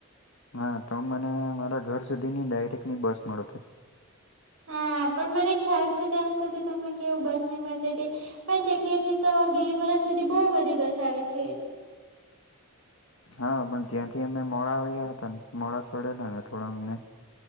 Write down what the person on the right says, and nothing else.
હા પણ મને ખ્યાલ છે ત્યાં સુધી તમે કેવું બસ નહી મળતી હતી પણ ચીખલીથી તો બીલીમોરા સુધી બો બધી બસ આવે છે.